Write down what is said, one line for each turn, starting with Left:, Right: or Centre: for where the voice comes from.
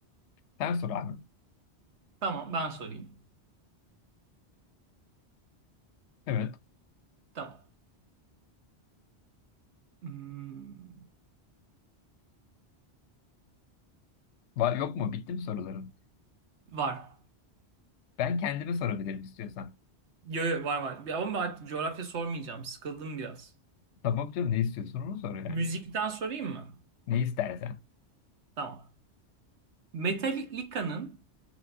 Left: Sen sor abi.
Right: Tamam, ben sorayım.
Left: Evet.
Right: Tamam. Hmm.
Left: Var, yok mu? Bitti mi soruların?
Right: Var.
Left: Ben kendime sorabilirim istiyorsan.
Right: Yo, yo, var var. Bir- Ama artık coğrafya sormayacağım. Sıkıldım biraz.
Left: Tamam canım ne istiyorsun onu sor yani.
Right: Müzikten sorayım mı?
Left: Ne istersen.
Right: Tamam. Metallica'nın